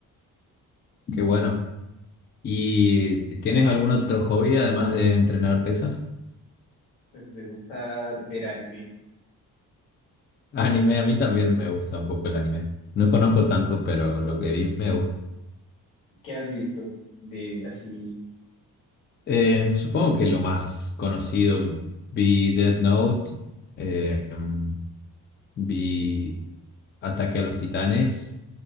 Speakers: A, on the left; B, on the left.
A: qué bueno. ¿Y tienes algún otro hobby además de entrenar pesas?
B: Pues me gusta ver anime.
A: <laughs> Anime, a mí también me gusta un poco el anime. No conozco tanto, pero lo que vi me gusta.
B: ¿Qué has visto de así?
A: Eh, supongo que lo más conocido vi Death Note, eh, mm, vi Ataque a los Titanes,